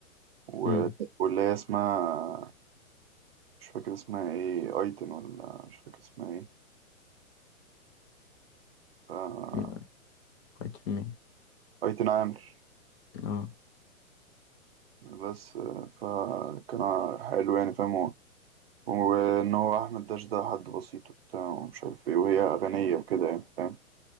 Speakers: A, on the right (about 45°); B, on the left (about 50°).
A: و...
B: امم
A: واللي هي اسمها مش فاكر اسمها ايه أيتن ولا مش فاكر اسمها ايه ف...
B: مين قريت مين
A: أيتن عامر
B: اه
A: بس فكان حلو يعني فاهم هو وإن هو أحمد داش ده حد بسيط وبتاع ومش عارف ايه وهي أغنية وكده يعني فاهم